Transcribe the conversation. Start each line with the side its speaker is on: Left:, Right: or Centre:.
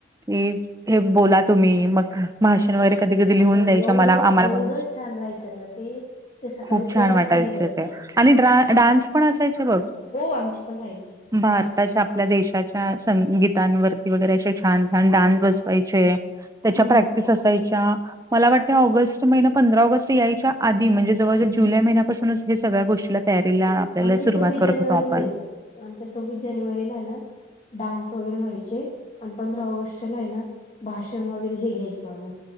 Right: की हे बोला तुम्ही मग. भाषण वगैरेधीधी लिहून
Left: अगं
Right: दयं
Left: एवढं
Right: आ मला आम्हालाण.
Left: एवढं छान राहायचं ना ते. ते सकाळी
Right: खूप छान
Left: प्रभात
Right: वाटायच
Left: फेरी जायची
Right: ते आणि ड डान्स पण असायचे ग.
Left: हो आमची पण राहायची
Right: भारताच्या आपल्या देशाच्या संगीतांवरती वगैरे असे छान छान डान्स बसवायचे. त्याच्या
Left: हम्म
Right: प्रॅक्टिस. मला वा म पं ऑग याच्या आध म्हणजे जव जुलै महिन्यापासूनच हे सगळ्या गोष्टीला तयारीला,
Left: हो
Right: आपल्याला
Left: आमची
Right: सुरुवात
Left: सव्वीस
Right: करत
Left: जानेवारी
Right: होतो आपण.
Left: व्हायचं आमच्या सव्वीस जानेवारीला आहे ना डान्स वगैरे व्हायचे, आणि पंधरा ऑगस्टला आहे ना भाषण वगैरे हे घ्यायचो आम्ही.